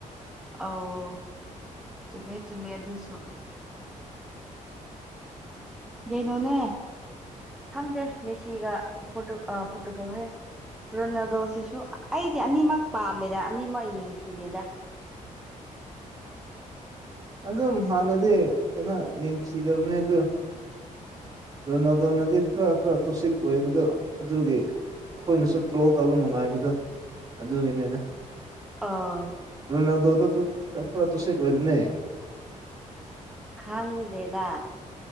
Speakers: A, in the centre; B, on the right.
A: ꯑꯣ ꯆꯃꯦꯃꯦ ꯆꯨꯝꯃꯦ ꯑꯗꯨꯁꯨ ꯀꯩꯅꯣꯅꯦ ꯈꯪꯗꯦ ꯃꯦꯁꯤꯒꯇꯨ ꯄꯣꯔꯇꯨꯒꯜ ꯍꯥꯏꯌꯦ ꯔꯣꯅꯥꯗꯣꯁꯤꯁꯨ ꯑꯩꯗꯤ ꯑꯅꯤꯃꯛ ꯄꯥꯝꯃꯦꯗ ꯑꯅꯤꯃꯛ ꯌꯦꯡꯊꯤꯗꯦꯗ
B: ꯑꯗꯨꯝ ꯍꯥꯟꯅꯗꯤ ꯀꯩꯅꯣ ꯌꯦꯡꯁꯤꯗꯕꯅꯦ ꯑꯗꯨ ꯔꯣꯅꯥꯜꯗꯣꯅꯗꯤ ꯈꯔ ꯈꯔ ꯇꯣꯁꯤꯛ ꯑꯣꯏꯕꯗꯣ ꯑꯗꯨꯒꯤ ꯑꯩꯈꯣꯏꯅꯁꯨ ꯇ꯭ꯔꯣꯜ ꯇꯧꯕ ꯅꯨꯡꯉꯥꯏꯕꯗꯣ ꯑꯗꯨꯒꯤꯅꯤꯗ
A: ꯑꯥ
B: ꯔꯣꯅꯥꯜꯗꯣꯗ ꯀ ꯈꯔ ꯇꯨꯁ ꯀꯕꯅꯦ
A: ꯈꯪꯗꯦꯗ